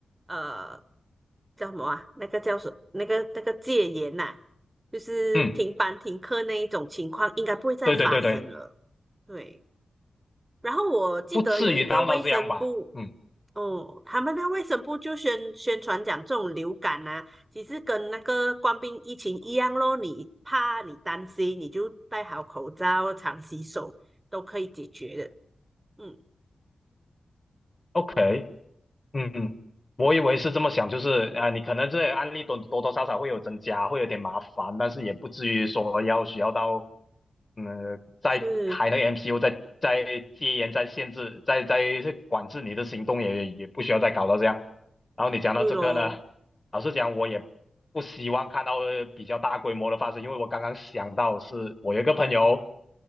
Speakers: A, on the right; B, on the left.
A: 呃，叫什么啊？那个叫什？那个那个戒严呐、就是停班停课那一种情况，
B: 嗯，
A: 应该不会再发生了。
B: 对对对对，
A: 对。然后我记得有一个卫生部
B: 不至于闹到这样吧？嗯
A: 哦，他们那卫生部就宣宣传讲这种流感啊，其实跟那个官兵疫情一样咯，你怕你担心，你就戴好口罩，常洗手，都可以解决的。嗯，
B: ，OK。嗯，我以为是这么想，就是啊、呃你可能这些案例多多多少少会有增加，会有点麻烦，但是也不至于说要需要到，嗯，再开那个
A: 是，
B: MCU，在在戒严、在限制，在在管制你的行动也，也不需要再搞到这样。然后你讲到这个呢，
A: 对咯，
B: 老实讲，我也不希望看到呃比较大规模的发生，因为我刚刚想到是我有一个朋友，